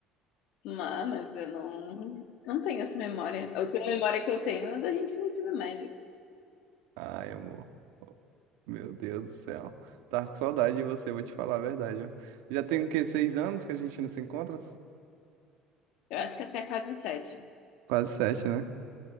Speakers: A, on the left (about 75°); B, on the right (about 85°).
A: Ma- Mas eu não, não tenho essa memória. A última memória que eu tenho é da gente no ensino médio.
B: Ai, amor. Meu Deus do céu. Tava com saudade de você, vou te falar a verdade. ó. Já tem o quê? Seis anos que a gente não se encontra?
A: Eu acho que até quase sete.
B: Quase sete, né?